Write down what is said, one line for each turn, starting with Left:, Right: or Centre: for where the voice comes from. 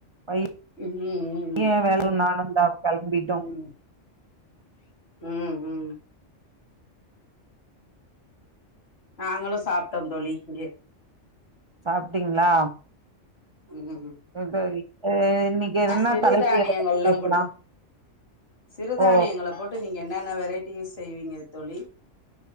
Right: வயி
Left: ம் ம்
Right: பைய வேல நானும்ந்தா கிளம்பிட்டோம்
Left: ம் ம் ம் நாங்களு சாப்பிட்டோ தோளி இங்க
Right: சாப்பிட்டீங்களா
Left: ம் ம்
Right: <unintelligible> இன்னைக்கு என்ன
Left: சிறுதானியங்கள்
Right: தலைப்பு எத பத்தி
Left: எல்லா
Right: பேசலா
Left: போட்டு சிறுதானியங்கள
Right: ஓ
Left: போட்டு நீங்க என்னென்ன வெரைட்டி செய்வீங்க தோளி